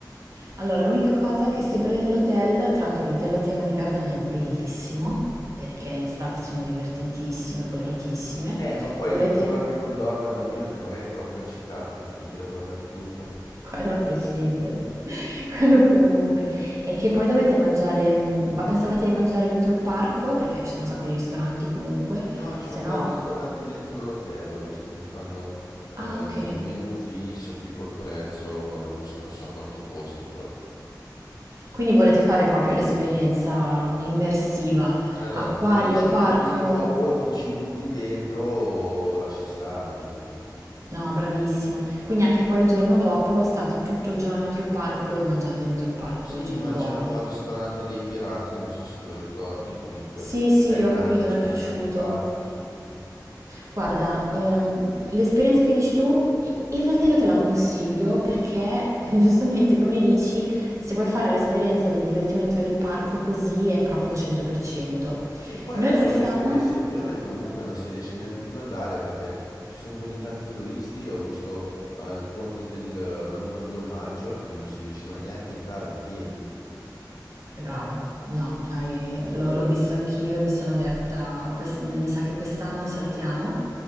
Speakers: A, on the right; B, on the left.
A: Allora, l'unica cosa che se prendete l'hotel, tra l'altro l'hotel a tema di Gardaland è bellissimo, perché le stanze sono divertentissime, coloratissime,
B: Eh, ma poi
A: dovete,
B: ho paura che non dorma il bambino, che magari è troppo eccitato, che sta in giro a guardare tutto.
A: <laughs> quello a prescindere, <laughs> quello comunque, e che poi dovete mangiare, mh, ma pensavate di mangiare dentro il parco? Perché ci sono un sacco di ristoranti comunque,
B: No, c'è
A: se
B: un
A: no...
B: bel ristorante dentro l'hotel, ho visto che fanno eh,
A: Ah, ok.
B: il menù fisso, tipo il prezzo, adesso non so quanto costi, però.
A: Quindi volete fare proprio l'esperienza immersiva,
B: Allora,
A: acquario,
B: come dice
A: parco?
B: un mio amico, o ti ci butti dentro o lasci stare, giusto?
A: No, bravissimo. Quindi anche poi il giorno dopo state tutto il giorno dentro il parco e mangiate dentro il parco
B: Sì,
A: il giorno
B: mangiammo
A: dopo.
B: al ristorante dei pirati, non so se te lo ricordi, comunque
A: Sì, sì,
B: è grande,
A: ho capito,
B: c'è
A: mi è
B: un
A: piaciuto.
B: sacco di spazio, sì, sì, sì.
A: Guarda, ehm, l'esperienza che dici tu, i- in realtà io te la consiglio perché, <laughs> eh, giustamente come dici, se vuoi fare l'esperienza del divertimento del parco, così è proprio al 100%.
B: Sì, poi
A: Noi
B: adesso
A: quest'anno
B: ho visto che Sirmione comunque non si riesce neanche più ad andare perché ci sono così tanti turisti, ho visto eh, il ponte dell'1-2 maggio che non si riusciva neanche a entrare a piedi.
A: Brava, no, hai- l'ho l'ho visto anch'io e mi sono detta, "Quest- mi sa che quest'anno saltiamo,